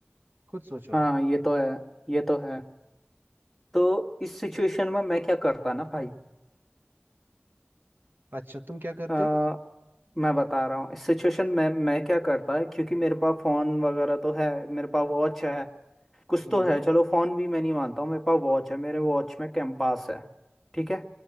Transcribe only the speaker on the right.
खुद सोचो
अच्छा तुम क्या करते
हम्म